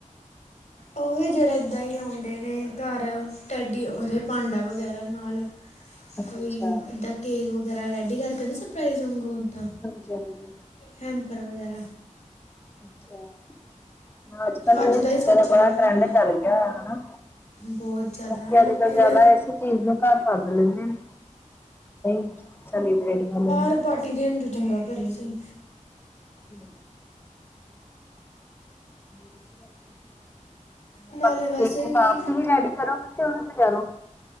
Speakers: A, on the left; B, on the left.
A: ਓਹੀ ਜਿੜੇ ਏਦਾਂ ਈ ਓਂਦੇ ਨੇ ਕਾੱਰ ਟੈਡੀ ਓਦੇ ਪਾਂਡਾ ਵਗੈਰਾ ਨਾਲ
B: ਅੱਛਾ-ਅੱਛਾ।
A: ਕੋਈ ਏਦਾਂ ਕੇਕ ਵਗੈਰਾ ਰੈਡੀ ਕਰਕੇ ਸਰਪ੍ਰਈਜ਼ ਵਾਂਗੂ ਤਾਂ,
B: ਹਾਂਜੀ-ਹਾਂਜੀ।
A: ਹੈਪਰ ਵਗੈਰਾ।
B: ਅੱਛਾ। ਅੱਜ-ਕੱਲ ਏ
A: ਅੱਜ ਹੀ
B: ਚੀਜ਼ਾਂ
A: ਸੋਚਿਆ
B: ਦਾ ਬੜਾ
A: ਹੈ।
B: ਟਰੈਂਡ ਚੱਲ ਗਿਆ ਹੋਯਾ ਹਨਾ।
A: ਬਹੁਤ ਜ਼ਿਆਦਾ
B: ਬਾਕੀ
A: ਲੋਕੀ
B: ਅੱਜ-ਕੱਲ
A: ਦੇ
B: ਜਾਦਾ ਏਸੇ ਚੀਜ਼ ਨੂੰ ਕਾੱਰ ਸੱਦ ਲੈਂਦੇ ਨੇ। ਦਈ, ਸੈਲੀਬ੍ਰੇਟ ਕਰ ਲੈਨਾਂ।
A: ਤੇ ਪਾਰਟੀ ਦੇਣ ਤੋ ਚੰਗਾ ਕਰੇ ਸਈ।
B: ਹੂੰ। <unintelligible>
A: ਨਾਲੇ ਵੈਸੇ ਵੀ
B: ਆਪ ਈ ਰੈਡੀ ਕਰੋਗੇ ਕਿ ੳਵੀ ਬਾਜ਼ਾਰੋ।